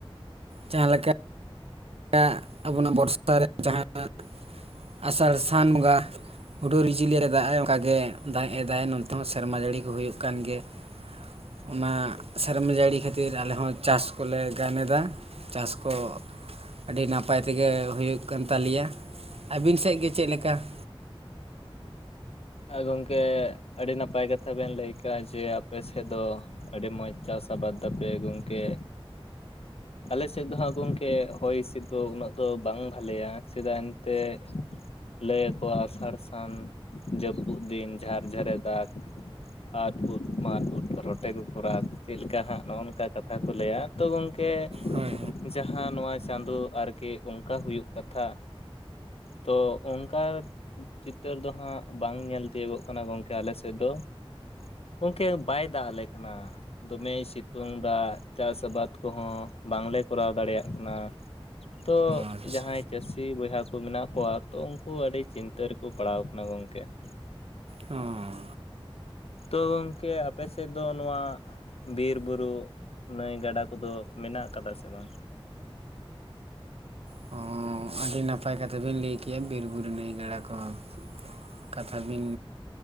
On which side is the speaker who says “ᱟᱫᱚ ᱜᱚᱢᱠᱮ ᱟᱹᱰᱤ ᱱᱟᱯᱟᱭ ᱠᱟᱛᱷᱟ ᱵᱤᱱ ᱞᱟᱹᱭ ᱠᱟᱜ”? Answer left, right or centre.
Left